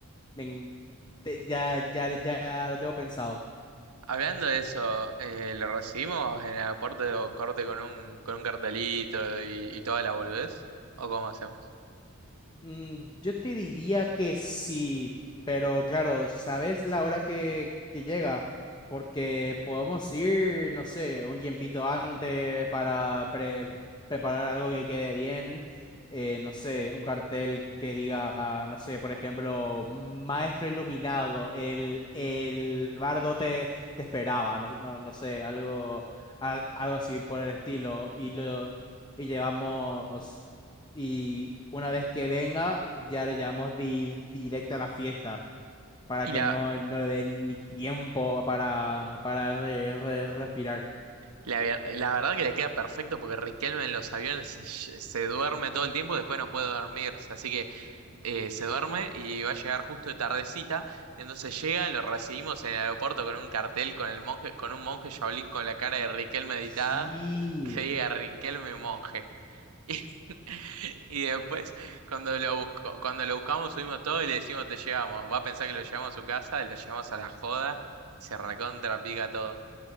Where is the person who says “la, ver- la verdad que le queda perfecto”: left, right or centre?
Right